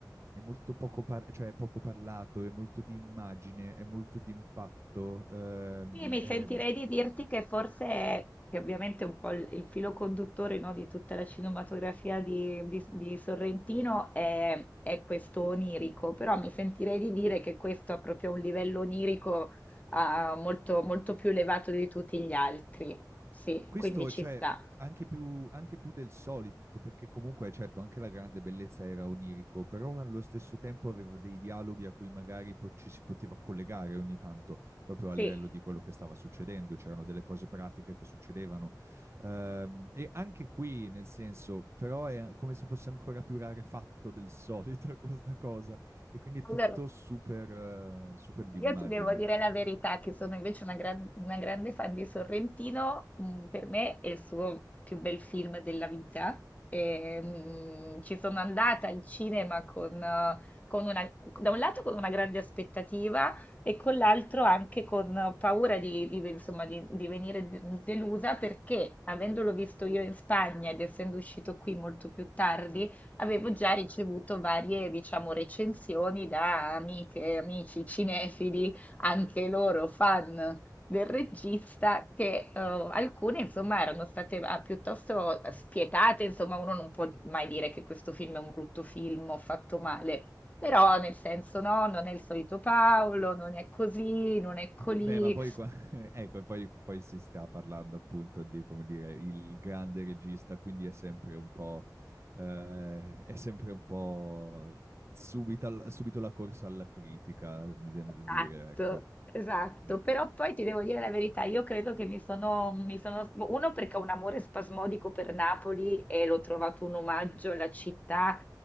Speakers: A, on the right; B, on the left.
A: è molto poco, par- cioè è poco parlato, è molto di immagine, è molto di impatto, ehm,
B: Sì, mi
A: è,
B: sentirei di dirti che forse è, che ovviamente è un po' il, il filo conduttore, no, di tutta la cinematografia di, di- di Sorrentino è, è questo onirico, però mi sentirei di dire che questo ha proprio un livello onirico, ah, molto, molto più elevato di tutti gli altri. Sì,
A: questo,
B: quindi ci
A: cioè,
B: sta.
A: anche più, anche più del solito, perché comunque, certo, anche la grande bellezza era onirico, però allo stesso tempo aveva dei dialoghi a cui magari po- ci si poteva collegare ogni tanto, proprio
B: Sì.
A: a livello di quello che stava succedendo, c'erano delle cose pratiche che succedevano. Ehm, e anche qui, nel senso, però è come se fosse ancora più rarefatto del solito <laughs> questa cosa, e quindi è tutto
B: Allora,
A: super, eh, super d'immagine.
B: Io ti devo dire la verità, che sono invece una, gran- una grande fan di Sorrentino, mm, per me è il suo più bel film della vita. E, mm, ci sono andata al cinema con, eh, con una, da un lato con una grande aspettativa e con l'altro anche con eh, paura di, di- insomma, di- di venire de- delusa perché avendolo visto io in Spagna ed essendo uscito qui molto più tardi, Avevo già ricevuto varie, diciamo, recensioni da amiche, amici cinefili, anche loro fan del regista, che eh, alcune, insomma, erano state ah, piuttosto spietate, insomma, uno non può mai dire che questo film è un brutto film o fatto male, però nel senso no, non è il solito Paolo, non è così, non è colì.
A: Beh, ma poi qua, <laughs> ecco, poi, poi si sta parlando appunto di, come dire, il grande regista, quindi è sempre un po', eh, è sempre un po' subita- subito la corsa alla critica, mi viene
B: Esatto,
A: da dire, ecco,
B: esatto,
A: Mm,
B: però poi ti devo dire la verità, io credo che mi sono, mi sono- uno perché ho un amore spasmodico per Napoli e l'ho trovato un omaggio alla città,